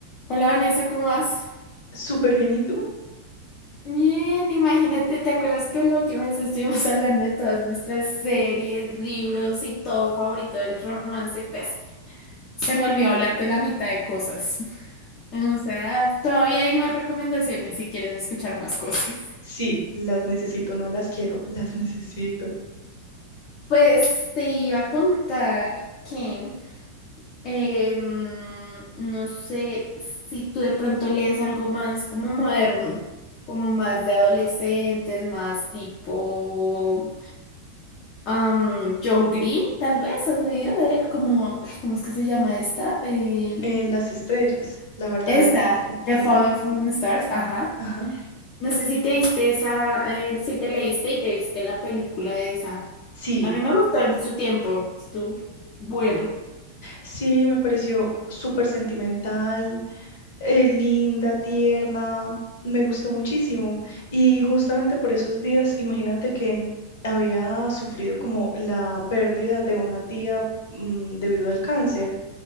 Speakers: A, on the left; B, on the left.
A: Hola Vanessa, ¿cómo vas?
B: Súper bien, ¿y tú?
A: Bien, imagínate, ¿te acuerdas que la última vez estuvimos <laughs> hablando de todas nuestras series, libros y todo favorito del romance? Pues se me olvidó hablar de la mitad de cosas. <laughs> O sea, todavía hay más recomendaciones si quieres escuchar más cosas.
B: Sí, las necesito, no las quiero, las necesito.
A: Pues te iba a contar que em, no sé si tú de pronto lees algo más como moderno, como más de adolescentes, más tipo Am, John Green, tal vez, ¿has leído de él? Como, ay, ¿cómo es que se llama esta? El-
B: Eh, las estrellas, la verdad
A: esta,
B: en las estrellas,
A: The
B: ¿cómo
A: Fall
B: era?
A: of Fallen Stars, ajá.
B: Ajá.
A: No sé si te diste esa, eh, si te leíste y te viste la película esa.
B: Sí,
A: A mí me gustó en su tiempo, estuvo bueno.
B: sí, me pareció súper sentimental, eh, linda, tierna, me gustó muchísimo. Y justamente por esos días, imagínate que había sufrido como la pérdida de una tía, mm, debido al cáncer.